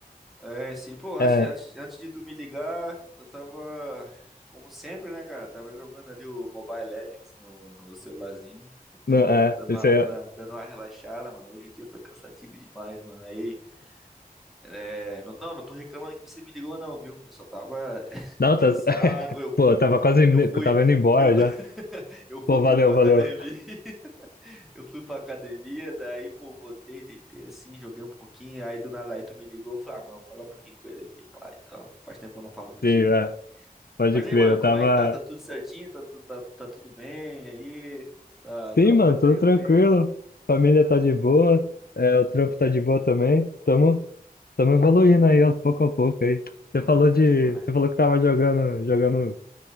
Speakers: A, in the centre; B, on the left.
A: É, é sim. Pô, antes,
B: É,
A: antes, antes de tu me ligar, eu tava, como sempre, né, cara? Tava jogando ali o Mobile Legends no, no celularzinho.
B: não,
A: Tava
B: é,
A: dando
B: isso
A: uma,
B: aí...
A: dando
B: é,
A: uma, dando uma relaxada, mano. Hoje o dia foi cansativo demais, mano. Aí. É, não, não, não tô reclamando que você me ligou, não, viu? Eu só tava <laughs>
B: Não,
A: cansado,
B: tá... <laughs>
A: eu fui
B: Pô, eu
A: pro.
B: tava quase,
A: Eu
B: indo-
A: fui.
B: eu tava indo embora
A: Eu, <laughs>
B: já.
A: eu fui
B: Pô,
A: pro,
B: valeu,
A: pra
B: valeu.
A: academia. <laughs> Eu fui pra academia, daí, pô, voltei, deitei assim, joguei um pouquinho. Aí do nada aí tu me ligou, eu falei, ah, mano, vou falar um pouquinho com ele aqui, pai. Então, faz tempo que eu não falo contigo.
B: Sim, é, pode
A: Mas aí,
B: crer.
A: mano,
B: Eu
A: como
B: tava.
A: é que tá? Tá tudo certinho? Tá, tu- tá, tá tudo bem aí? Tá, o
B: Sim,
A: trabalho
B: mano,
A: tá
B: tudo
A: indo
B: tranquilo.
A: bem?
B: Família tá de boa. É, o trampo tá de boa também. Tamo, tamo evoluindo aí, ó, pouco a pouco aí. Você
A: Ah,
B: falou
A: é bom
B: de.
A: demais.
B: Você falou que tava jogando, jogando